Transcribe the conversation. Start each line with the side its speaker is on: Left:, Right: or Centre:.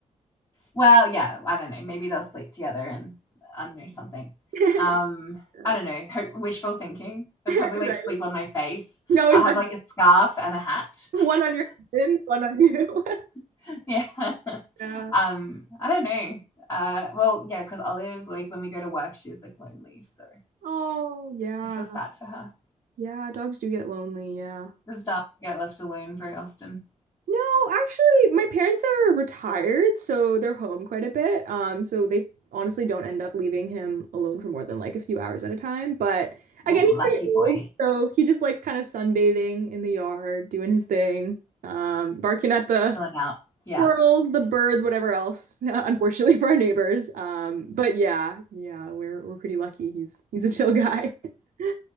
Left: Well, yeah, I don't know. Maybe they'll sleep together and I don't know something.
Right: <laughs>
Left: Um,
Right: So,
Left: I don't know. Hope, wishful thinking.
Right: <laughs>
Left: They'll
Right: right.
Left: probably like sleep on my face.
Right: No,
Left: I'll
Right: exactly.
Left: have like a scarf and a hat.
Right: One on your husband, one on you. <laughs>
Left: <laughs> Yeah.
Right: Yeah.
Left: Um, I don't know. Uh, well, yeah, because Olive, like when we go to work, she's like lonely, so
Right: Oh, yeah.
Left: I feel sad for her.
Right: Yeah, dogs do get lonely, yeah.
Left: This dog get left alone very often.
Right: No, actually, my parents are retired, so they're home quite a bit. Um, so they honestly don't end up leaving him alone for more than like a few hours at a time. But again,
Left: Well,
Right: he's
Left: lucky
Right: pretty old,
Left: boy,
Right: so he just likes kind of sunbathing in the yard, doing his thing, um, barking at the
Left: chilling out. Yeah,
Right: squirrels, the birds, whatever else, <laughs> unfortunately for our neighbors. Um, but yeah, yeah, we're we're pretty lucky. He's he's a chill guy. <laughs>